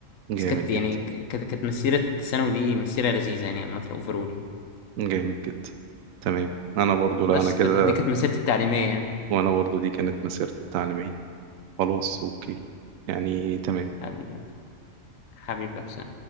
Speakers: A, on the right (about 80°); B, on the left (about 75°).
A: جامد
B: بس كانت يعني
A: جدا
B: ك- كانت كانت مسيرة ثانوي دي مسيرة لذيذة يعني عامة اوفرول يعني
A: جامد جدا تمام انا برضو
B: بس
A: لا انا كده
B: كده دي كانت مسيرتي التعليمية يعني
A: وانا برضو دي كانت مسيرتي التعليمية خلاص اوكي يعني تمام
B: حبيبي حبيبي يا حسام